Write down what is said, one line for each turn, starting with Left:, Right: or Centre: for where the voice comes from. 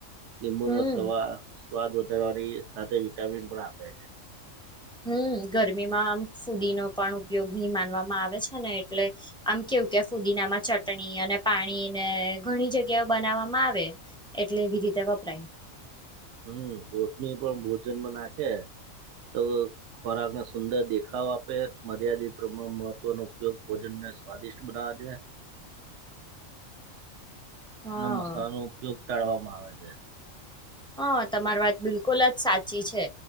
Right: લીંબુ
Centre: હમ
Right: નો સવા સ્વાદ વધારવાની સાથે વિટામિન પણ આપે છે
Centre: હમ્મ ગરમીમાં આમ ફુદીનો પણ ઉપયોગી માનવામાં આવે છે ને એટલે આમ કે કેવુ ત્યાં ફુદીનામાં ચટણી અને પાણીને ઘણી જગ્યાઓ બનાવવામાં આવે એટલે રીતે વાપરાય
Right: હમ્મ કોથમી પણ ભોજનમાં નાંખે તો ખોરાકને સુંદર દેખાવ આપે મર્યાદિત પ્રમાણ મહત્વનો ઉપયોગ ભોજન ને સ્વાદિષ્ટ બધા જે
Centre: <inaudible> હા
Right: ના મસાલાનો ઉપયોગ ટાળવામાં આવે છે
Centre: હાં, તમારી વાત બિલકુલ જ સાચી છે.